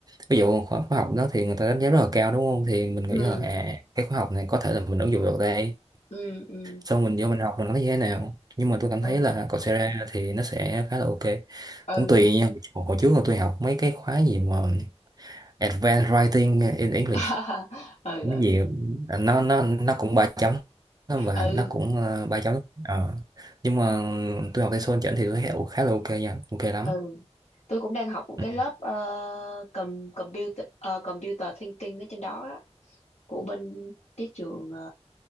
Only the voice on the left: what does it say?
ừ
ừ ừ
ừ
ừ
<laughs> ừ
ừ
ừ
ừ tôi cũng đang học một
cái lớp ờ, com computer ờ, computer thinking ở trên đó á, của bên cái trường ờ,